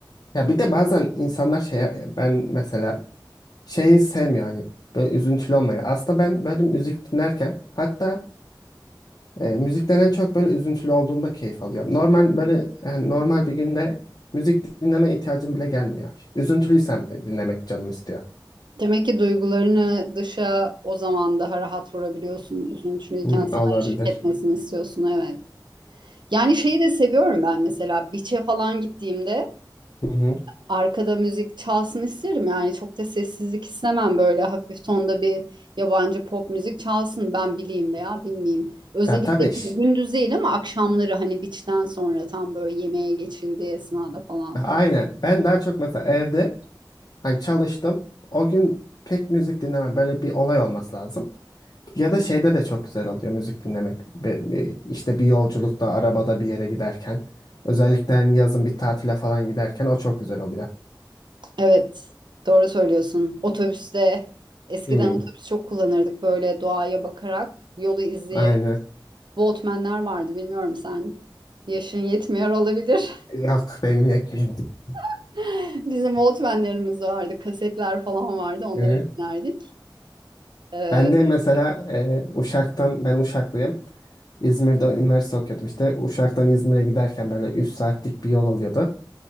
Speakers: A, on the left; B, on the right.
A: Ya bir de bazen insanlar şey ben mesela şeyi sevmiyor hani böyle üzüntülü olmayı. Aslında ben böyle müzik dinlerken hatta e, müzikten en çok böyle üzüntülü olduğumda keyif alıyorum. Normal böyle yani normal bir günde müzik dinleme ihtiyacım bile gelmiyor. Üzüntülüysem bile dinlemek canım istiyor.
B: Demek ki duygularını dışa o zaman daha rahat vurabiliyorsun. Üzüntülüyken
A: Hmm,
B: sana
A: olabilir.
B: eşlik etmesini istiyorsun, evet. Yani şeyi de seviyorum ben mesela beach'e falan gittiğimde
A: Hı hı.
B: arkada müzik çalsın isterim. Yani çok da sessizlik istemem böyle hafif tonda bir yabancı pop müzik çalsın ben bileyim veya bilmeyeyim. Özellikle
A: Ya tabii ş-
B: gündüz değil ama akşamları hani beach'ten sonra tam böyle yemeğe geçildiği esnada falan.
A: aynen ben daha çok mesela evde hani çalıştım o gün pek müzik dinlemem böyle bir olay olması lazım. Ya da şeyde de çok güzel oluyor müzik dinlemek. Be- e, işte bir yolculukta, arabada bir yere giderken. Özellikle hani yazın bir tatile falan giderken o çok güzel oluyor.
B: Evet, doğru söylüyorsun. Otobüste eskiden
A: Hmm,
B: otobüs çok kullanırdık böyle doğaya bakarak, yolu izleyerek.
A: aynen.
B: Walkman'ler vardı bilmiyorum sen. Yaşın yetmiyor olabilir.
A: Yok benim yetmiyor. <laughs>
B: <laughs> Bizim Walkman'lerimiz vardı, kasetler falan vardı. Onları
A: Hı hı.
B: dinlerdik. Ee,
A: Ben de mesela e, Uşak'tan, ben Uşaklıyım. İzmir'de üniversite okuyordum işte. Uşak'tan İzmir'e giderken böyle 3 saatlik bir yol oluyordu.